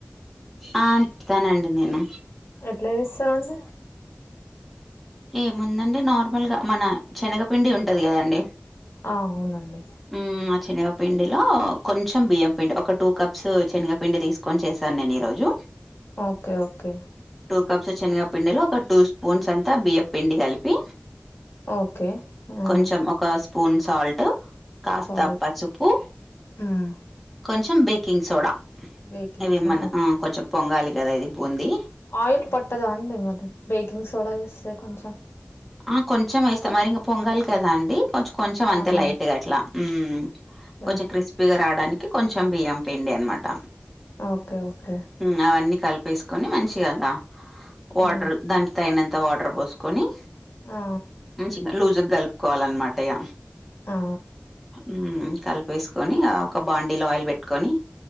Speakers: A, in the centre; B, on the left.
A: ఆ <unintelligible> నిస్తానండి నేను
B: ఎట్లా చేస్తారు అండి
A: ఏముందండి నార్మల్గా మన శనగపిండి ఉంటది కదండి
B: ఆ అవునండి
A: మ్మ్ ఆ చనగపిండిలో కొంచెం బియ్యం పిండి ఒక టూ కప్స్ చెనగపిండి తీసుకొని చేశాను నేను ఈరోజు
B: ఓకే ఓకే
A: టూ కప్స్ చనగ పిండిలో ఒక టూ స్పూన్స్ అంతా బియ్యపుపిండి కలిపి
B: ఓకే ఆ
A: కొంచెం ఒక స్పూన్ సాల్ట్ కాస్త
B: సాల్ట్
A: పసుపు
B: మ్మ్
A: కొంచెం బేకింగ్ సోడా
B: బేకింగ్
A: ఇవి
B: సోడా
A: మన ఆ కొంచెం పొంగాలి కదా ఇది బూంది
B: ఆయిల్ పట్టదా అండి మరి బేకింగ్ సోడా ఎస్తే కొంచెం
A: ఉమ్ కొంచెం వేస్తా మరి ఇంగ పొంగాలి కదా అండి కొంచెం కొంచెం అంతే
B: ఆ
A: లైట్ గా ఇట్లా ఉమ్ కొంచెం
B: ఓకే
A: క్రిస్ప్ పీగా రావడానికి కొంచెం బియ్యం పిండి అనమాట
B: ఓకే ఓకే
A: ఉమ్ అవన్నీ కలిపేసుకొని మంచిగా లా వాటర్
B: ఆ
A: దానికి తైనంత వాటర్ పోసుకొని
B: ఆ
A: ఉం చింగ లూజుగా కలుపుకోవాలన్న మాట ఇయ
B: ఆ
A: ఉమ్ కలిపేస్ కొని ఆ ఒక బాండీలో ఆయిల్ పెట్టుకొని